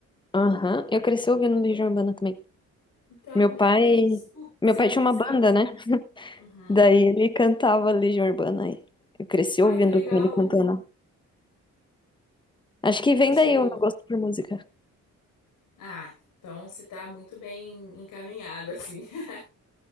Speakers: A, on the left (about 15°); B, on the left (about 80°).
A: Aham, Eu cresci ouvindo Legião Urbana também.
B: Então,
A: Meu
B: minha
A: pai,
B: mãe su-
A: meu
B: sempre,
A: pai tinha uma
B: sabe?
A: banda, né?
B: Uhum.
A: Daí ele cantava Legião Urbana aí. Eu cresci
B: Ai,
A: ouvindo
B: que legal.
A: com ele cantando. Acho que vem
B: E tipo,
A: daí o meu gosto por música.
B: ah, então você tá muito bem encaminhada, assim. <laughs>